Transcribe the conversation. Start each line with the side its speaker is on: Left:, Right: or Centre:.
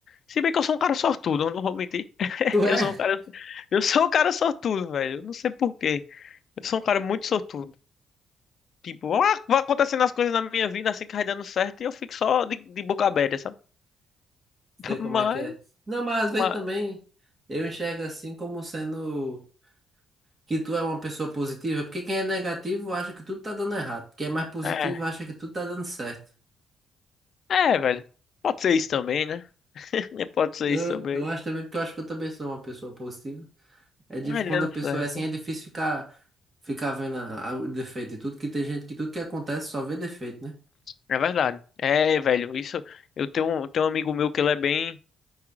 Left: Se bem que eu sou um cara sortudo, eu não vou mentir. <laughs>
Right: Tu
Left: Eu
Right: é?
Left: sou um cara, eu sou um cara sortudo, velho. Eu não sei por quê. Eu sou um cara muito sortudo. Tipo, ah, vai acontecendo as coisas na minha vida assim que vai dando certo e eu fico só de, de boca aberta, sabe? <laughs>
Right: Sei como
Left: Mas,
Right: é que é. Não, mas às
Left: mas,
Right: vezes também eu enxergo assim como sendo que tu é uma pessoa positiva, porque quem é negativo acha que tudo tá dando errado. Quem é mais positivo
Left: é.
Right: acha que tudo tá dando certo.
Left: É, velho. Pode ser isso também, né? <laughs> Pode ser
Right: Eu,
Left: isso também.
Right: eu acho também, porque eu acho que eu também sou uma pessoa positiva. É difícil
Left: Ai,
Right: quando
Left: dando
Right: a pessoa
Left: certo.
Right: é assim, é difícil ficar, ficar vendo a- a- o defeito e tudo, que tem gente que tudo que acontece só vê defeito, né?
Left: É verdade. É, velho, isso. Eu tenho, um- tenho um amigo meu que ele é bem.